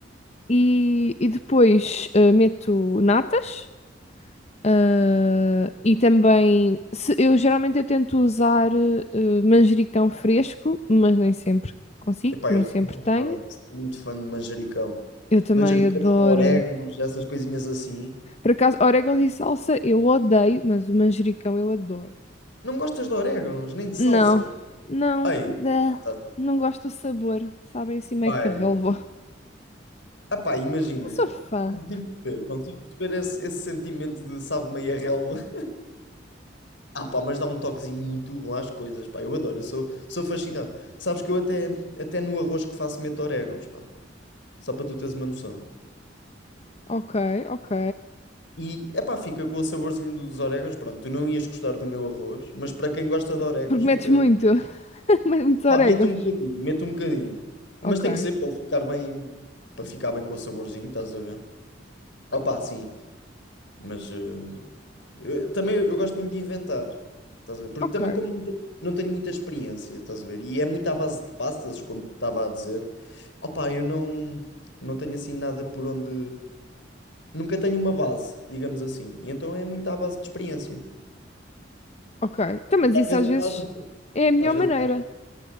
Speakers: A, on the left; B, on the left.
A: E, e depois eh, meto natas. ah, e também, se- eu geralmente eu tento usar eh, manjericão fresco, mas nem sempre consigo,
B: Epá,
A: nem
B: eu sou
A: sempre
B: muito
A: tenho.
B: fã, sou muito fã de manjericão.
A: Eu também
B: Manjericão,
A: adoro.
B: orégãos, essas coisinhas assim.
A: Por acaso, orégãos e salsa eu odeio, mas o manjericão eu adoro.
B: Não gostas de orégãos, nem de salsa?
A: Não, não,
B: Ei,
A: dá.
B: tá-
A: não gosto do sabor, sabem assim meio
B: ai.
A: relva
B: Epá, imagina.
A: Não sou fã.
B: Consigo perceber, consigo perceber esse, esse sentimento de sabe meia relva. <laughs> Ah, pá, mas dá um toquezinho muito bom às coisas, pá. Eu adoro, eu sou, sou fascinado. Sabes que eu até, até no arroz que faço meto orégãos, pá. Só para tu teres uma noção.
A: Ok, ok.
B: E, epá, fica com o saborzinho dos orégãos. Pronto, tu não ias gostar do meu arroz, mas para quem gosta de orégãos,
A: Porque
B: fica.
A: metes muito, <laughs> metes muitos orégãos.
B: Pá, mete um bocadinho, mete um bocadinho. Mas
A: Ok,
B: tem que ser para ele ficar bem, para ficar bem com o saborzinho, estás a ver? Opá, sim, mas eh, eu- também eu gosto muito de inventar, estás a ver? Porque
A: ok.
B: também como não tenho, não tenho muita experiência, estás a ver? E é muito à base de pastas, como te estava a dizer. Opá, eu não, não tenho assim nada por onde... Nunca tenho uma base, digamos assim. E então é muito à base de experiência.
A: Ok. Então, mas
B: às
A: isso
B: vezes
A: às vezes
B: dá asneira.
A: é a melhor
B: Às
A: maneira.
B: vezes dá